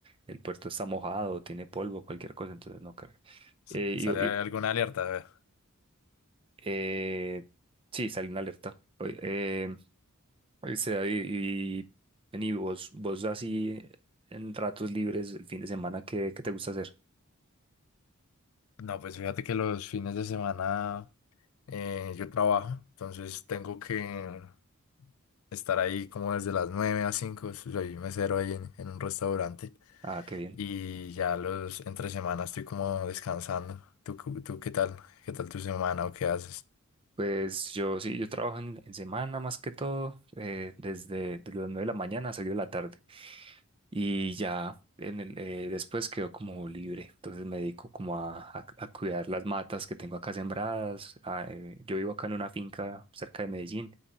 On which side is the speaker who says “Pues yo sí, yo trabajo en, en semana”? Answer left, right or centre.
Right